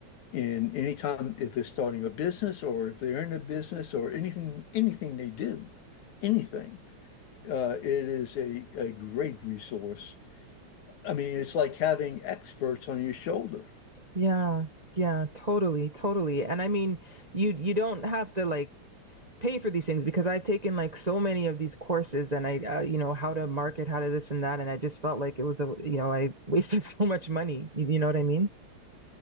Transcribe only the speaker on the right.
Yeah, yeah, totally, totally. And I mean, you you don't have to like pay for these things because I've taken like so many of these courses and I uh, you know how to market, how to this and that, and I just felt like it was a you know I wasted <laughs> so much money. You, you know what I mean?